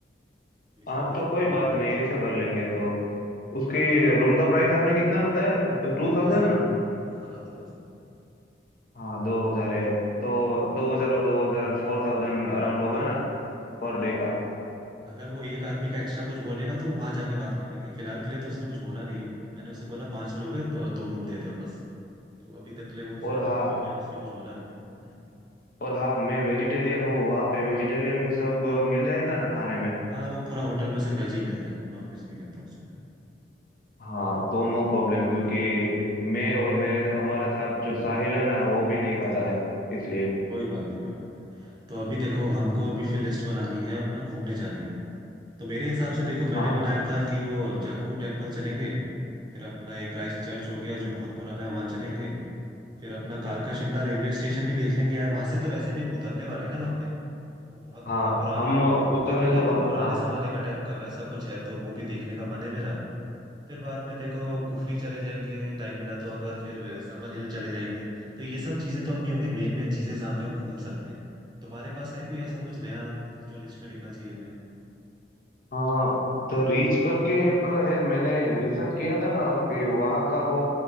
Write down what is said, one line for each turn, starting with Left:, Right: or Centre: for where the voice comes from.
Right: तो इस
Left: हाँ
Right: वजह
Left: तो
Right: से
Left: कोई
Right: मैंने
Left: बात
Right: दो रूम
Left: नहीं
Right: का सोचा
Left: ऐसा कर लेंगे तो उसकी रूम का प्राइस आपने कितना बताया Two
Right: दो
Left: thousand
Right: हजार हाँ दो हजार
Left: हाँ दो हजार है तो दो हजार और दो हजार फोर थाउजेंड अराउंड
Right: हम्म,
Left: होगा ना पर
Right: हाँ
Left: डे
Right: वही
Left: का
Right: अगर वो एक आदमी का एक्स्ट्रा कुछ बोलेगा तो वहां जाके बात कर लेंगे फिलहाल के लिए तो उसने कुछ बोला नहीं है मैंने उसे बोला पांच लोग हैं दो, दो रूम देते हो बस तो अभी तक के लिए वो से-
Left: और हाँ
Right: ठीक है उसने कुछ बोला नहीं हम्म,
Left: और हाँ मैं वेजिटेरियन हूँ वहाँ पे वेजिटेरियन सब मिल जाएगा ना खाने में
Right: हाँ वो पूरा होटल में से वेज ही मिलता है नॉन वेज नहीं मिलता उसमें
Left: हाँ तो नो प्रॉब्लम क्योंकि मैं और मेरे हमारे साथ जो साहिल है ना वो भी नहीं खाता
Right: हाँ
Left: है इसलिए
Right: कोई बात नहीं कोई बात नहीं तो अभी देखो हमको अभी फिर लिस्ट बनानी है अपना घूमने जाने का तो मेरे हिसाब से देखो मैंने
Left: हाँ
Right: बनाया था कि वो जाकू टेम्पल चलेंगे फिर अपना एक क्राइस्ट चर्च हो गया जो बहुत पुराना है वहां चलेंगे फिर अपना कालका शिमला रेलवे स्टेशन भी देख लेंगे यार वहां से तो वैसे भी हम उतरने वाले हैं ना वहां पे तो वो बहुत
Left: हाँ
Right: बड़ा पुराना
Left: हम उतलने
Right: वो होता है ना
Left: तो
Right: एकदम पुराने
Left: हाँ
Right: जमाने का टाइप का वैसा कुछ है तो वो भी देखने का मन है मेरा फिर बाद में देखो कुफरी चले जाएंगे टाइम मिला तो अगर फिर समर हिल चले जाएंगे तो ये सब चीजें तो अपनी होगी मेन मेन चीजें जहाँ पे हम घूम सकते हैं तुम्हारे पास है कोई ऐसा कुछ नया कि जो लिस्ट में लिखना चाहिए हमें
Left: हाँ द रीच करके एक है मैंने रिसर्च किया था ना कि वहाँ
Right: हाँ
Left: का वो